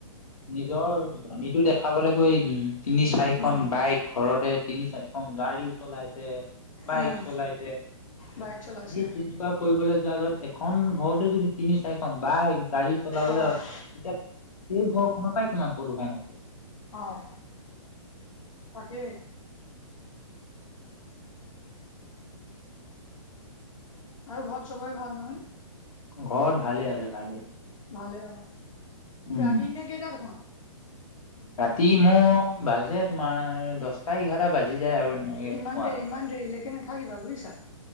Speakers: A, on the left; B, on the left.
A: নিজৰ জনীটো দেখাবলৈ গৈ উম তিনি চাৰিখন
B: উম,
A: বাইক ঘৰতে তিনি চাৰিখন গাড়ী চলাইছে। বাইক
B: উম।
A: চলাইছে।
B: বাইক চলাইছে,
A: ইয়ে তেনেকুৱা কৰিবলৈ যোৱা আগত এক এখন ঘৰতে যদি তিনি চাৰিখন বাইক, গাড়ী চলাবলৈ
B: অ',
A: হয়। এতিয়া সেই ঘৰখনৰ পাই কিমান প্ৰদূৰষণ আছে।
B: অ', তাকে। আৰু ঘৰত চবৰে ভাল নহয়।
A: ঘৰত ভালে আছে ভালে।
B: ভালে অ'।
A: উম
B: ৰাতি নে কেইটাত শোৱা?
A: ৰাতি মোৰ বাজে তোমাৰ দশটা এঘাৰটা বাজি যায় আৰু এনেকে
B: ইমান
A: শুৱালে
B: দেৰি ইমান
A: শুৱালে
B: দেৰিলৈকে নাথাকিবা বুজিছা।